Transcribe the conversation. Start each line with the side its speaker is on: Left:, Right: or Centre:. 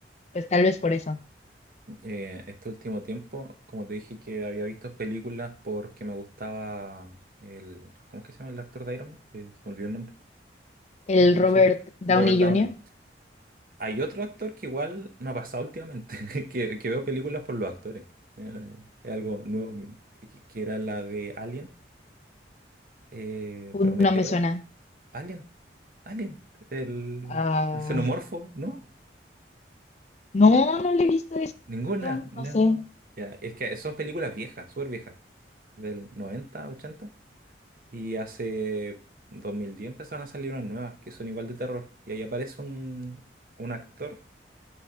Left: pues tal vez por eso.
Right: eh, este último tiempo, como te dije que había visto películas porque me gustaba el... ¿Cómo es que se llama el actor de Iron Man? Eh, se me olvidó el nombre.
Left: El
Right: Lo dije
Left: Robert
Right: recién.
Left: Downey
Right: Robert Downey.
Left: Jr.,
Right: Hay otro actor que igual me ha pasado últimamente, <laughs> que, que veo películas por los actores. Eh, es algo nuevo, en mí, que, que era la de Alien, eh,
Left: uh,
Right: Prometeo.
Left: no me suena.
Right: Alien, Alien, el,
Left: Ah,
Right: el xenomorfo, ¿no?
Left: no, no le he visto eso,
Right: Ninguna, no.
Left: no sé.
Right: Ya, es que son películas viejas, súper viejas, del 90, 80. Y hace 2010 empezaron a salir unas nuevas que son igual de terror. Y ahí aparece un, un actor